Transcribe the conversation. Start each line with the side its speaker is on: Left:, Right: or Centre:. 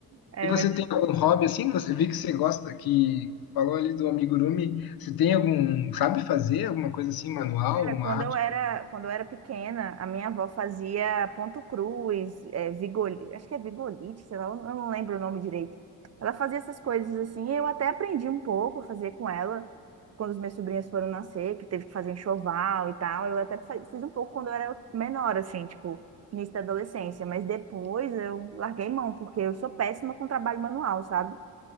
Right: É,
Left: E você
Right: mas,
Left: tem algum hobby assim? Você vi que você gosta, que falou ali do amigurumi. Você tem algum, sabe fazer alguma coisa assim, manual,
Right: é,
Left: uma
Right: quando
Left: arte?
Right: eu era, quando eu era pequena, a minha avó fazia ponto cruz, é, vigoli- acho que é vigolite, sei lá, eu não eu não lembro o nome direito. Ela fazia essas coisas assim, eu até aprendi um pouco a fazer com ela, quando os meus sobrinhos foram nascer, que teve que fazer enxoval e tal. Eu até fa- fiz um pouco quando eu era menor, assim, tipo, início da adolescência, mas depois eu larguei mão, porque eu sou péssima com trabalho manual, sabe?